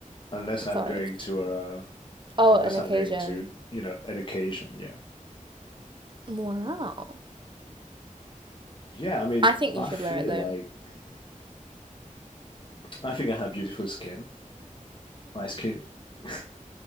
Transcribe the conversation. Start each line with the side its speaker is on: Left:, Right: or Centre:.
Left: unless I'm
Right: Sorry.
Left: going to uh
Right: Oh,
Left: unless
Right: an occasion.
Left: I'm going to, you know, education, yeah.
Right: Wow.
Left: Yeah, I mean,
Right: I think
Left: I
Right: you should
Left: feel
Right: wear it though.
Left: like I think I have beautiful skin. My skin <laughs>